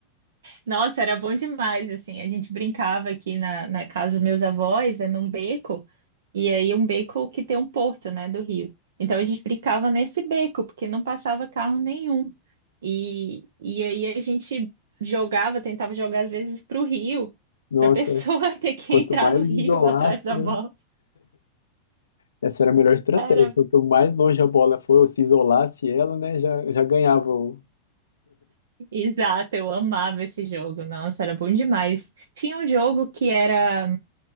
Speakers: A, on the right (about 60°); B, on the left (about 70°).
A: Nossa, era bom demais, assim. A gente brincava aqui na, na casa dos meus avós, é num beco, e aí um beco que tem um porto, né, do rio. Então a gente brincava nesse beco, porque não passava carro nenhum. E, e aí a gente jogava, tentava jogar às vezes pro rio,
B: Nossa,
A: para a pessoa <laughs> ter que
B: quanto
A: entrar
B: mais
A: no rio
B: isolasse,
A: atrás da
B: né?
A: bola.
B: Essa era a melhor estratégia.
A: Era,
B: Quanto mais longe a bola foi, ou se isolasse ela, né? Já, já ganhava. o-
A: exato, eu amava esse jogo. Nossa, era bom demais. Tinha um jogo que era